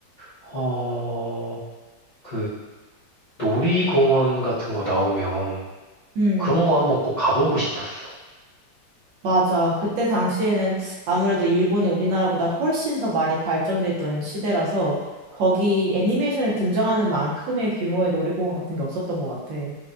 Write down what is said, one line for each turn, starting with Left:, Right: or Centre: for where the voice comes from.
Left: 어, 그 놀이공원 같은 거 나오면
Right: 음.
Left: 그런 거 한번 꼭 가보고 싶었어.
Right: 맞아. 그때 당시에는 아무래도 일본이 우리나라보다 훨씬 더 많이 발전돼 있던 시대라서 거기 애니메이션에 등장하는 만큼의 규모의 놀이공원 같은 게 없었던 것 같아.